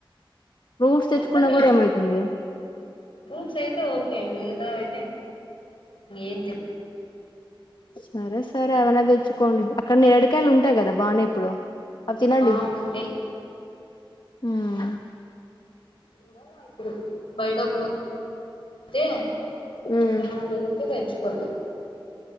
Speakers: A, on the left; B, on the left.
A: ఫ్రూట్స్ తెచ్చుకున్నా
B: ఎట్లా వేస్ట్
A: కూడా ఏమైతుంది
B: ఫ్రూట్స్ అయితే ఓకే మీ అయితే ఏం చెప్పు
A: సరే సరే అవైనా తెచ్చుకోండి అక్కడ ఏడుకాయలు ఉంటాయి కదా బాగానే ఇప్పుడు అవి తినండి
B: ఆ ఉంటాయి
A: హ
B: చూడాలా ఇప్పుడు బయట పో అయితే
A: ఉమ్
B: ఎమన దూరుతే కాచుకలే